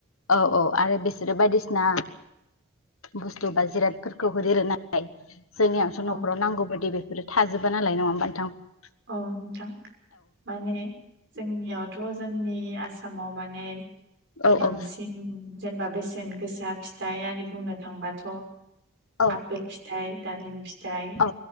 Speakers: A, on the left; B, on the right.
A: औ औ आरो बिसोरो बायदिसिना बुस्थु बा जिरादफोरखौ होदेरो नालाय, जोंनियाथ' न'खराव
B: औ
A: नांगौ बायदि बे बेफोरो थाजोबा नालाय नङा होमबा नोंथां ।
B: औ नोंथां माने जोंनियाव । थ' जोंनि आसामाव माने
A: औ
B: बांसिन
A: औ
B: जेनेबा बेसेन गोसा । फिथाइ आरि बुंनो थांबाथ'
A: औ
B: आपेल फिथाइ, दालिम फिथाइ । फिथाइ
A: औ